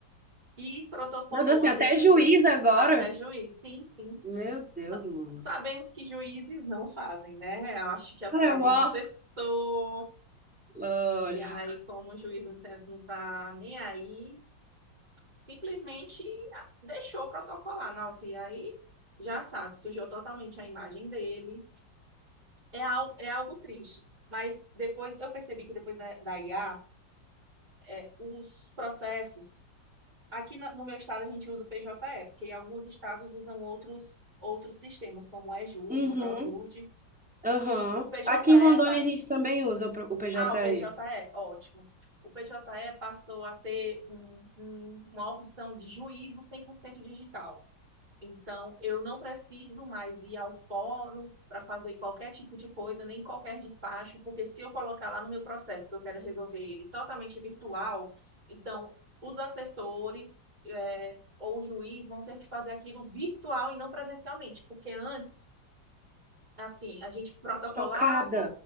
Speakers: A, on the right (about 20°); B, in the centre.
A: e protocolou
B: Meu Deus, tem
A: a
B: até
A: decisão
B: juiz agora.
A: até juiz. Sim, sim,
B: Meu Deus,
A: sa-
B: mano.
A: sabemos que juízes não fazem, né? Eu acho que foi
B: É,
A: algum
B: ó,
A: assessor,
B: lógico.
A: e aí, como o juiz não tá, não tá nem aí, simplesmente a- deixou protocolar. Nossa, e aí já sabe, sujou totalmente a imagem dele. É, al é algo triste. Mas depois eu percebi que depois da, da IA, é, os processos. Aqui na- no meu estado a gente usa o PJE, porque alguns estados usam outros, outros sistemas, como o EJude,
B: Uhum,
A: ProJude.
B: aham.
A: E o PJE
B: Aqui em Rondônia
A: passa.
B: a gente também usa o pro- o PJE.
A: Ah, o PJE, ótimo. O PJE passou a ter um- um- uma opção de juízo 100% digital. Então, eu não preciso mais ir ao fórum para fazer qualquer tipo de coisa, nem qualquer despacho, porque se eu colocar lá no meu processo que eu quero resolver ele totalmente virtual, então os assessores, eh, ou o juiz vão ter que fazer aquilo virtual e não presencialmente, porque antes assim, a gente protocolava
B: Chocada.